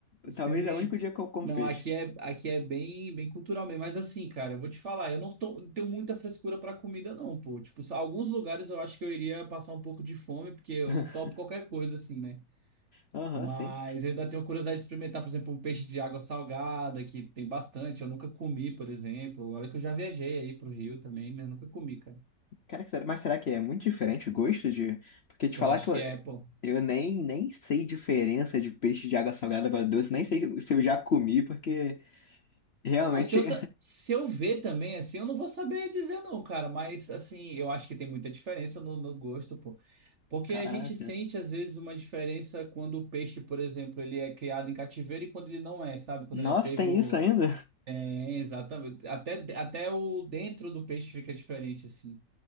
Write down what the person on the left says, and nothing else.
talvez é o único dia que eu como
peixe.
<laughs>
Aham,
sim.
Cara, será- mas será que é muito diferente o gosto de. Porque te
falar
que eu,
eu nem, nem sei diferença de peixe de água salgada para doce, nem sei se eu já comi, porque realmente.
<laughs>
Caraca.
Nossa,
tem isso ainda?